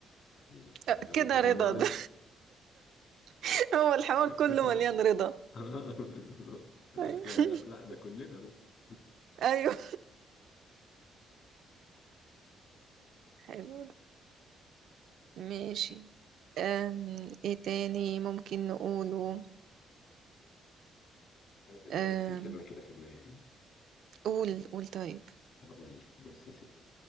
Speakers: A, on the left (about 65°); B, on the right (about 70°).
A: قال لها
B: آه، كده
A: طب
B: رضا
A: ما أنا رضا
B: ده <laughs> هو الحوار
A: <laughs>
B: كله مليان رضا
A: اه بالظبط. عشان
B: ايوه
A: <laughs> كده
B: <laughs>
A: قال له، لا ده كلنا رضا
B: أيوة. حلو ده. ماشي أم... ايه تاني ممكن نقوله
A: <laughs> حاجة في دماغي
B: أم...
A: في فيلم كده في دماغي
B: قول قول طيب
A: أقول لك بص يا ستي